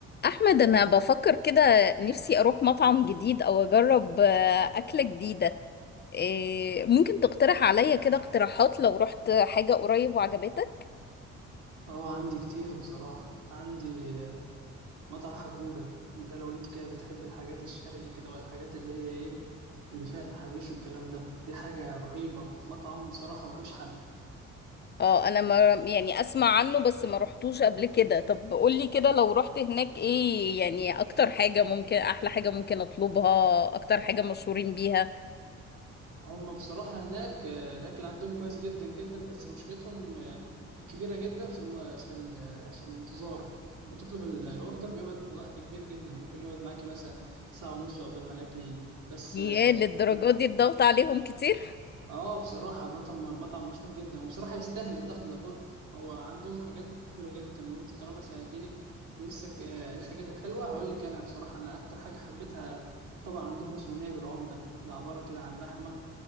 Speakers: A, on the left; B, on the right.
A: احمد انا بفكر كده نفسي اروح مطعم جديد او اجرب آه، اكلة جديدة إيه، ممكن تقترح عليا كده اقتراحات لو رحت حاجة قريب وعجبتك
B: اه عندي كتير بصراحة عندي آه، مطعم حجوجة ده لو انت كده بتحب الحاجات الشرقي كده والحاجات اللي هي ايه اللي فيها تحابيش والكلام ده دي حاجة رهيبة مطعم بصراحة ملوش حل
A: اه انا ما يعني اسمع عنه بس ما رحتوش قبل كده طب قولي كده لو رحت هناك ايه يعني اكتر حاجة ممكن احلى حاجة ممكن اطلبها اكتر حاجة مشهورين بيها
B: هما بصراحة هناك آه، الأكل عندهم كويس جدا جدا بس مشكلتهم آه، الكبيرة جدا في الم... في ال... في الانتظار بتطلب ال- الأوردر بيقعد وقت كبير جدا ممكن يقعد معاكي مثلا ساعة ونص قبل ما الأكل يجي بس
A: ياه
B: آه،
A: للدرجة
B: لا
A: دي الضغط عليهم كتير
B: اه بصراحة مطعم مطعم مشهور جدا وبصراحة يستاهل الضغط ده كله هو عندهم حاجات حلوة جدا وانت طالما سألتني نفسك آه، إيه الحاجات الحلوة هقول لك انا بصراحة انا اكتر حاجة حبيتها طبعا عندهم اسمه نايب العمدة ده عبارة كده عن لحمة